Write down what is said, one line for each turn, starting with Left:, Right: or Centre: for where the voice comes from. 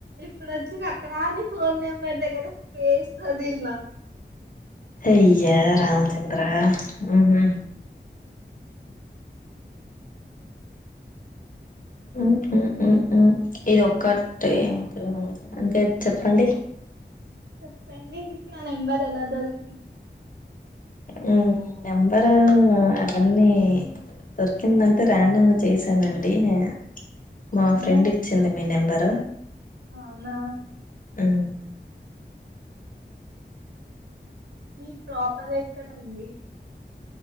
Right: ఇప్పుడు వచ్చింది అక్కడ అని ఫోన్ నెంబర్ దగ్గర స్పేస్ వొదిల్నా
Left: అయ్యా రామ చాన్ ఇంకా రా, ఉహ్మ్. ఉమ్ ఉమ్ ఉమ్ ఉమ్, ఇది ఒకటే ఏం ఉపయోగం అవదు అంటే త. చెప్పండి?
Right: చెప్పండి మీకు నా నంబర్ ఎలా దొరికింది?
Left: మీ నంబరూ ఆ అవని దొరికింది అంటే ర్యాండమ్‌గా చేశాను అండి, యా. మా
Right: అవునా
Left: ఫ్రెండ్ ఇచ్చింది, మీ నెంబరు.
Right: అవునా.
Left: ఉమ్.
Right: మీ ప్రాపర్ ఎక్కడండి?